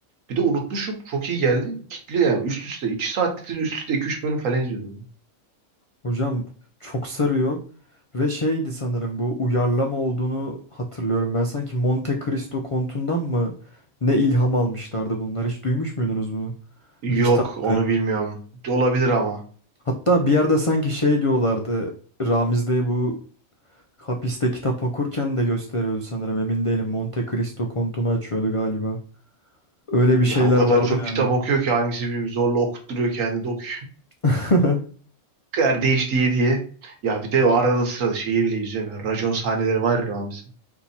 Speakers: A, on the right; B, on the left.
A: bir de unutmuşum. Çok iyi geldi. Kitliyor yani. Üst üste 2 saatlik üst üste iki üç bölüm falan izliyordum.
B: Hocam çok sarıyor ve şeydi sanırım bu uyarlama olduğunu hatırlıyorum. Ben sanki Monte Cristo Kontu'ndan mı ne ilham almışlardı bunlar? Hiç duymuş muydunuz bunu?
A: Yok
B: Bir kitaptı.
A: onu bilmiyorum. Olabilir ama.
B: Hatta bir yerde sanki şey diyorlardı. Ramiz Bey bu hapiste kitap okurken de gösteriyordu sanırım. Emin değilim. Monte Cristo Kontu'nu açıyordu galiba. Öyle bir
A: Ya
B: şeyler
A: o kadar
B: vardı
A: çok
B: yani.
A: kitap okuyor ki hangisi bilmiyorum zorla okutturuyor kendini de okuyor.
B: <laughs>
A: Kardeş diye diye. Ya bir de o arada sırada şeyi bile izliyorum ya. Racon sahneleri var ya Ramiz'in.